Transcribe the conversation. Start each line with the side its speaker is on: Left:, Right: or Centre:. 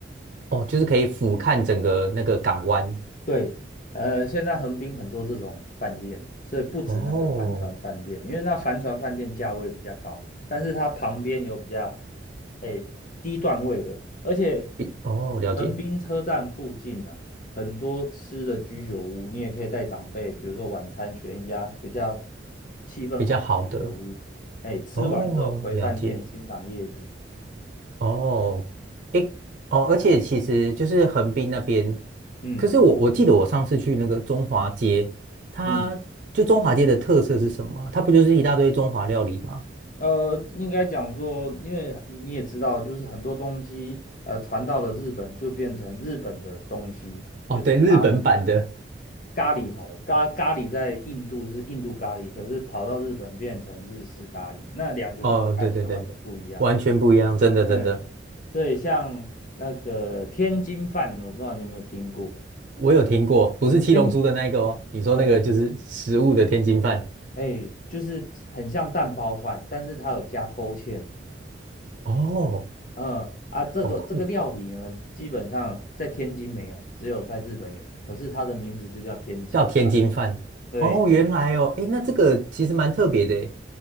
Right: 哦，就是可以俯瞰整个那个港湾，
Left: 对，呃，现在横滨很多这种饭店，所以不止那个帆船饭店，
Right: 哦，
Left: 因为那帆船饭店价位比较高，但是它旁边有比较，诶，低段位的，而且
Right: 比哦，了解。
Left: 横滨车站附近啊，很多吃的居酒屋，你也可以带长辈，比如说晚餐选一家比较气氛好的居酒屋，
Right: 比较好的
Left: 哎，吃完之后回饭店欣赏夜景，
Right: 哦，了解哦，诶哦，而且其实就是横滨那边，
Left: 嗯
Right: 可是我我记得我上次去那个中华街，它就中华街的特色是什么啊它不就是一大堆中华料理吗？
Left: 嗯呃，应该讲说，因为你也知道，就是很多东西，呃，传到了日本就变成日本的东西，比如说咖喱，
Right: 哦，对，日本版的，
Left: 咖喱好了，咖咖喱在印度是印度咖喱，可是跑到日本变成日式咖喱，那两个口感是完全不一样。
Right: 哦，对对对，完全不一样，真的真的，
Left: 哎，所以像那个天津饭，我不知道你有没有听过，
Right: 我有听过，不是七龙珠的那一个哦，
Left: 天，
Right: 你说那个就是食物的天津饭，
Left: 呃，哎，就是很像蛋包饭，但是它有加勾芡。
Right: 哦，
Left: 嗯啊，这个这个料理呢，
Right: 好酷哦
Left: 基本上在天津没有，只有在日本有。可是它的名字就叫天津饭。
Right: 叫天津饭。
Left: 对，
Right: 哦，原来哦，诶，那这个其实蛮特别的诶。